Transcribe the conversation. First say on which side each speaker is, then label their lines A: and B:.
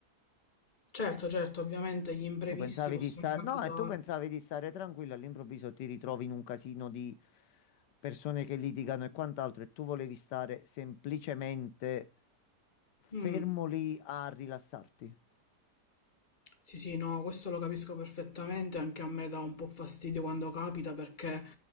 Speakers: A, on the left; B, on the left.
A: Certo, certo, ovviamente gli imprevisti
B: Tu pensavi
A: possono
B: di stare,
A: capitare.
B: no, e tu pensavi di stare tranquillo, all'improvviso ti ritrovi in un casino di persone che litigano e quant'altro e tu volevi stare semplicemente fermo
A: Mm.
B: lì a rilassarti.
A: Sì, sì, no, questo lo capisco perfettamente, anche a me dà un po' fastidio quando capita perché